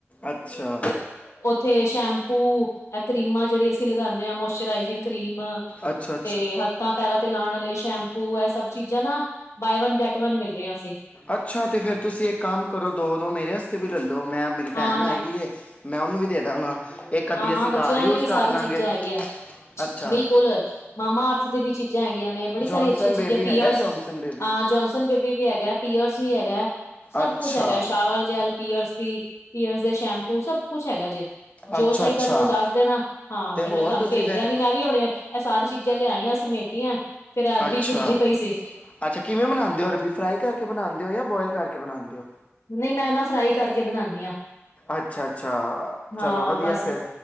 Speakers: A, on the left; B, on the left.
A: ਅੱਛਾ।
B: ਤੇ ਉੱਥੇ ਸ਼ੈਂਪੂ ਕਰੀਮਾਂ ਜਿਹੜੀ ਅਸੀਂ ਲਗਾਉਦੇ ਹਾਂ ਮੋਇਸਚਰਾਈਜਿੰਗ ਕਰੀਮ
A: ਅੱਛਾ ਅੱਛਾ
B: ਤੇ ਹੱਥਾਂ ਪੈਰਾਂ ਤੇ ਲਾਉਣ ਲਈ ਸ਼ੈਂਪੂ ਹੈ ਸਭ ਚੀਜ਼ਾਂ ਨਾ ਬਾਏ ਵਨ ਗੈਟ ਵਨ ਮਿਲ ਰਹੀਆਂ ਸੀ।
A: ਅੱਛਾ ਤੇ ਫਿਰ ਤੁਸੀਂ ਇੱਕ ਕੰਮ ਕਰੋ ਦੋ ਦੋ ਮੇਰੇ ਵਸਤੇ ਵੀ ਲੈ ਲਓ ਮੈਂ ਮੇਰੀ ਭੈਣ
B: ਹਾਂ ਮੈਂ
A: ਆਈ ਦੀ ਏ। ਮੈਂ ਓਨੂੰ ਵੀ ਦੇ ਦਾਂਗਾ। ਇੱਕ ਅੱਧੀ
B: ਹਾਂ ਹਾਂ,
A: ਅਸੀਂ
B: ਬੱਚਿਆਂ
A: ਘਰ ਯੂਜ਼
B: ਲਈ ਵੀ ਸਾਰੀ
A: ਕਰ ਲਾਂਗੇ
B: ਚੀਜ਼ਾਂ ਹੈਗੀਐਂ।
A: ਅੱਛਾ
B: ਬਿਲਕੁਲ, ਮਾਮਾ ਅਰਥ ਦੀ ਵੀ ਚੀਜ਼ਾਂ ਹੈਗੀਆਂ ਨੇ। ਬੜੀ
A: ਜੌਨਸਨ
B: ਸਾਰੀ ਅੱਛੀਆਂ ਚੀਜ਼ਾਂ
A: ਬੇਬੀ
B: ਪੀਅਰਸ
A: ਹੈਗਾ ਜੌਨਸਨ ਬੇਬੀ
B: ਹਾਂ, ਜੋਨਸਨ ਬੇਬੀ ਵੀ ਹੈਗੈ। ਪੀਅਰਸ ਵੀ ਹੈਗੈ, ਸਭ
A: ਅੱਛਾ
B: ਕੁਛ ਹੈਗੈ। ਸ਼ਾਵਰ ਜੈਲ, ਪੀਅਰਸ ਵੀ, ਪੀਅਰਸ ਦੇ ਸ਼ੈਂਪੂ ਸਭ ਕੁਛ ਹੈਗਾ ਜੇ, ਜੋ
A: ਅੱਛਾ
B: ਚਾਈਦੈ
A: ਅੱਛਾ
B: ਮੈਨੂੰ ਦੱਸ ਦੇਣਾ। ਹਾਂ,
A: ਤੇ
B: ਫੇਰ
A: ਹੋਰ
B: ਮੈਂ ਤੁਆਨੂੰ
A: ਤੁਸੀਂ
B: ਭੇਜ
A: ਫਿਰ
B: ਦਿਆਂਗੀ, ਮੈਂ ਵੀ ਹੁਣੇ ਐਹ ਸਾਰੀ ਚੀਜ਼ਾਂ ਲਿਆਈ ਆਂ, ਸਮੇਟੀਐ। ਫੇਰ ਐ ਅਰਬੀ
A: ਅੱਛਾ
B: ਛਿੱਲਦੀ ਪਈ ਸੀ।
A: ਅੱਛਾ, ਕਿਵੇਂ ਬਨਾਂਦੇ ਔ ਅਰਬੀ, ਫਰਾਈ ਕਰਕ ਕੇ ਬਣਾਦੇ ਓ ਯਾ ਬੋਇਲ ਕਰਕੇ ਬਣਾਂਦੇ ਓ?
B: ਨਹੀਂ ਮੈਂ ਨਾ ਫਰਾਈ ਕਰਕੇ ਬਣਾਨੀ ਆ
A: ਅੱਛਾ ਅੱਛਾ,
B: ਹਾਂ
A: ਚਲੋ ਵਧੀਐ
B: ਬਸ
A: ਫੇਰ।